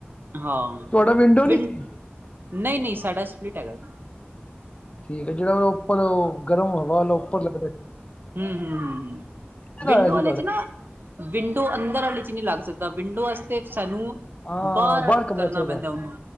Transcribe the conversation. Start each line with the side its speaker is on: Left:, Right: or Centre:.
Right: ਹਾਂ
Left: ਤੁਹਾਡਾ ਵਿੰਡੋ ਨਹੀਂ
Right: ਵਿ ਨਹੀਂ
Left: ਸੀ
Right: ਨਹੀਂ ਸਾਡਾ ਸਪਲਿਟ ਹੈਗਾ ਜੀ।
Left: ਠੀਕ ਜਿਹੜਾ ਉਹਦਾ ਉਪਰ ਉਹ ਗਰਮ ਹਵਾ ਉਹਾ ਉੱਪਰ ਲੱਗਦਾ।
Right: ਹਮ ਹਮ ਹਮ ਹਮ
Left: ਕਿੰਨੇ
Right: ਵਿੰਡੋ
Left: ਦਾ ਆਇਆ
Right: ਵਾਲੇ
Left: ਸੀ ਤੁਹਾਡਾ
Right: ਚ ਨਾ ਵਿੰਡੋ ਅੰਦਰ ਆਲੀ ਚ ਨਈ ਲੱਗ ਸਕਦਾ ਵਿੰਡੋ ਅਸਤੇ ਸਾਨੂੰ
Left: ਹਾਂ
Right: ਬਾਹਰ
Left: ਬਰ ਕਮਰਾ
Right: ਕਰਨਾ
Left: ਚਾਹੀਦਾ
Right: ਪੈਂਦਾ ਉਹਨੂੰ